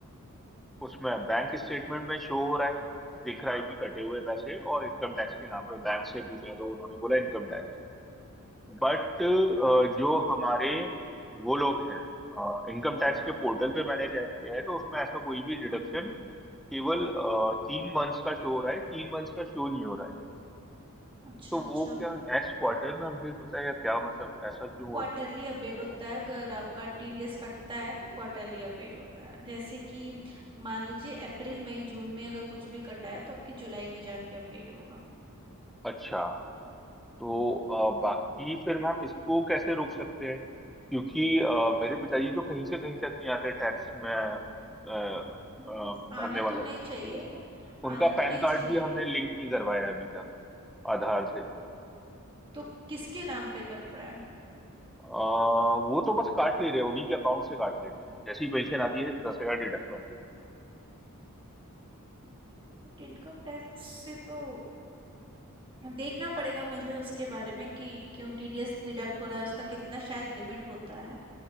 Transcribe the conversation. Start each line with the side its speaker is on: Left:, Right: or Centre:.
Centre: उसमें बैंक स्टेटमेंट में शो हो रहा है दिख रहा है कि कटे हुए पैसे और इनकम टैक्स के नाम पे बैंक से पूछा तो उन्होंने बोला इनकम टैक्स बट जो हमारे वो लोग हैं इनकम टैक्स के पोर्टल पे मैंने चेक किया है तो उसमें ऐसा कोई भी डिडक्शन
Right: हम्म, हम्म,
Centre: केवल अ, तीन मंथ्स का शो हो रहा है तीन मंथ्स का शो नहीं हो रहा है
Right: अच्छा
Centre: तो
Right: अच्छा
Centre: वो क्या नेक्स्ट क्वार्टर में अपडेट होता है या क्या मतलब ऐसा क्यों हो
Right: क्वार्टरली
Centre: रहा
Right: अपडेट होता है अगर आपका टीडीएस कटता है तो क्वार्टरली अपडेट होता है जैसे कि मान लीजिए अप्रैल मई जून में अगर कुछ भी कटा है तो आपके जुलाई में जाके अपडेट होगा
Centre: है अच्छा तो
Right: हम्म।
Centre: अ, बाकी फिर मैम इसको कैसे रोक सकते हैं क्योंकि अ, मेरे पिताजी तो कहीं से कहीं तक नहीं आते टैक्स में अ, अ,
Right: हम्म
Centre: भरने
Right: आना
Centre: वालों
Right: तो नहीं
Centre: में
Right: चाहिए
Centre: उनका
Right: आना
Centre: पैन
Right: तो नहीं
Centre: कार्ड
Right: चाहिए
Centre: भी हमने लिंक नहीं करवाया है अभी तक आधार से
Right: तो किसके नाम पे कट रहा है
Centre: अ, वो तो बस काट ले रहे हैं उन्हीं के अकाउंट से काट लेते हैं जैसे ही पेंशन आती है दस हजार डिडक्ट कर देते
Right: बट इनकम टैक्स से तो देखना पड़ेगा मुझे उसके बारे में कि क्यों टीडीएस डिडक्ट हो रहा है उसका कितना शायद लिमिट होता है